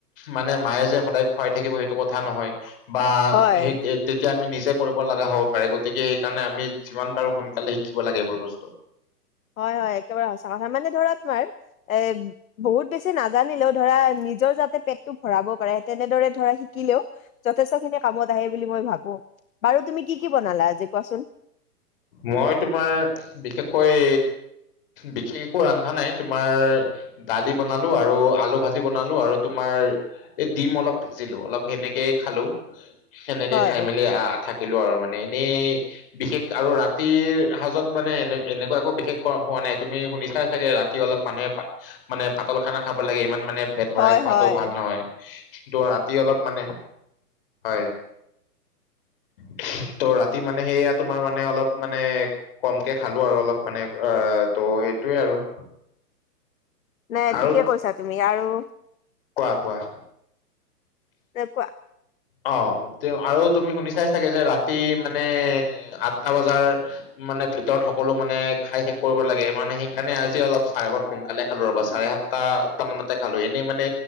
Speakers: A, on the left; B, on the left.
A: মানে মায়ে যে সদায় খুৱাই থাকিব সেইটো কথা নহয় বা
B: হয়
A: সেই তে তেতিয়া আমি নিজে কৰিব লগা হ'ব পাৰে গতিকে সেইকাৰণে আমি যিমান পাৰোঁ সোনকালে শিকিব লাগে এইবোৰ বস্তু।
B: হয় হয় একেবাৰে সঁচা কথা মানে ধৰা তোমাৰ এ বহুত বেছি না নাজানিলেও ধৰা নিজৰ যাতে পেটটো ভৰাব পাৰে তেনেদৰে ধৰা শিকিলেও যথেষ্ট খিনি কামত আহে বুলি মই ভাবো। বাৰু তুমি কি কি বনালা আজি কোৱাচোন?
A: মই তোমাৰ বিশেষকৈ বিশেষ একো ৰন্ধা নাই তোমাৰ দালি বনালো আৰু আলু ভাজি বনালো আৰু তোমাৰ এই ডিম অলপ ভাজিলো অলপ সেনেকেই খালো। সেনেকে
B: হয়
A: খাই মেলি আহ থাকিলো আৰু মানে এনেই বিশেষ আৰু ৰাতিৰ সাজত মানে এনে এনেকুৱা একো বিশেষ খোৱা হোৱা নাই তুমি শুনিছাই চাগে ৰাতি অলপ মানুহে পা মানে পাতল খানা খাব লাগে ইমান মানে পেট
B: হয়
A: ভৰাই খোৱাটো
B: হয়
A: ভাল নহয় ত' ৰাতি অলপ মানে হয় ত' ৰাতি মানে সেইয়া তোমাৰ মানে মানে অলপ মানে কমকে খালো আৰু অলপ মানে অ ত' সেইটোৱে আৰু
B: নাই
A: আৰু
B: ঠিকেই কৈছা তুমি আৰু
A: কোৱা কোৱা?
B: মানে খোৱা
A: অ তেওঁ আৰু তুমি শুনিছাই চাগে যে ৰাতি মানে আঠটা বজাৰ মানে ভিতৰত সকলো মানে খাই শেষ কৰিব লাগে মানে সেইকাৰণে আজি অলপ চাৰে ভাত সোনকালে খালো ৰবা চাৰে সাত তা, তা মানতে খালো। এনেই মানে